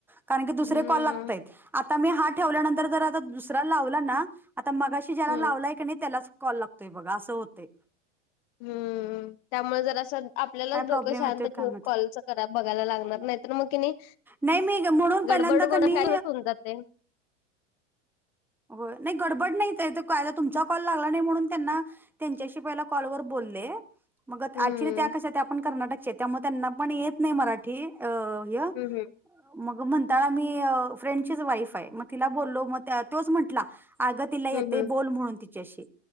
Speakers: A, in the centre; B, on the left (about 55°).
A: कारण की दुसरे
B: हम्म
A: कॉल लागतय. आता मी हा ठेवल्यानंतर जर आता दुसरा लावला ना. आता मगाशी ज्याला
B: हम्म
A: लावलाय की नाही त्यालाच कॉल लागतोय बघा असं होते.
B: हम्म त्यामुळे जर असं आपल्यालाच
A: काय प्रॉब्लेम
B: डोकं शांत
A: येतोय
B: ठेवून
A: काय माहित
B: कॉलच रा बघायला लागणार नाही तर मग कि, नाही
A: नाही मी म्हणून पहिल्यांदा
B: गडबड गोड
A: कनी
B: खायलाच होऊन जाते.
A: हो नाही गडबड नाही कायदा तुमचा कॉल लागला नाही म्हणून त्यांना त्यांच्याशी पहिला कॉलवरर बोलले. मग
B: हम्म
A: क्च्युली त्या कस आपण कर्नाटकच्या त्यामुळे त्यांना पण येत नाही मराठी. अ य!
B: हम्म
A: मग म्हणताळा मी फ्रेंडचीच वाईफ आहे मग तिला बोललो मग तोच म्हंटला. अगं तिला येते
B: हम्म हम्म
A: बोल म्हणून तिच्याशी